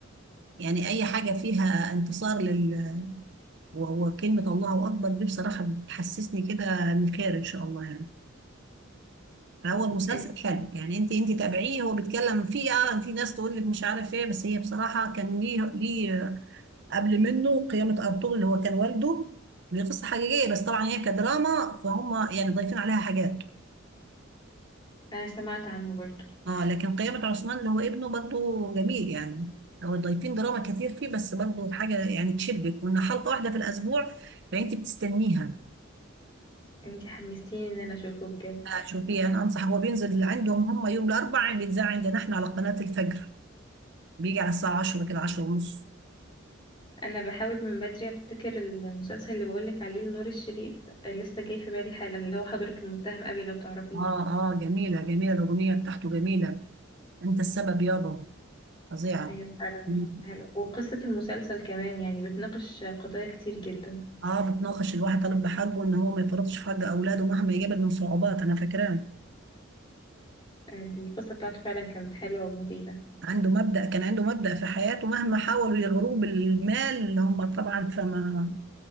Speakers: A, on the right; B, on the left.
A: يعني اي حاجه فيها انتصار لل و- وكلمه الله اكبر دي بصراحه بتحسسني كده من خير ان شاء الله يعني فهو المسلسل
B: انت
A: حلو يعني انت انت تابعيه هو بيتكلم فيه اه في ناس تقول لك مش عارف ايه بس هي بصراحه كان ليه ليه قبل منه قيامه ارطغرل اللي هو كان والده دي قصه حقيقيه بس طبعا هي كدراما فهم يعني ضايفين عليها حاجات
B: انا سمعت عنه برضو
A: اه لكن قيامه عثمان اللي هو ابنه برضه جميل يعني هو ضايفين دراما كتير فيه بس برضه حاجه يعني تشدك وان حلقه واحده في الاسبوع فانت بتستنيها
B: انت حمستيني ان انا اشوفه بجد
A: شوفي انا انصح هو بينزل عندهم هم يوم الاربعاء بيتذاع عندنا احنا على قناة الفجر بيجي على الساعة 10 كده 10 ونص
B: انا بحاول من بدري افتكر المسلسل اللي بقولك عليه لنور الشريف آه، لسه جاي في بالي حالا اللي هو حضرة المتهم ابي لو تعرفيه
A: اه اه جميلة جميلة الأغنية بتاعته جميلة انت السبب يابا فظيعة
B: ايوه فعلا
A: مم.
B: حلو وقصة المسلسل كمان يعني بتناقش قضايا كتير جدا
A: اه بتناقش الواحد طالب بحقه ان هو ما يفرطش في حق اولاده مهما يقابل من صعوبات انا فاكراه
B: آه، دي القصة بتاعته فعلا كانت حلوة ومفيدة
A: عنده مبدأ كان عنده مبدأ في حياته مهما حاولوا يغروه بالمال اللي هم طبعا فما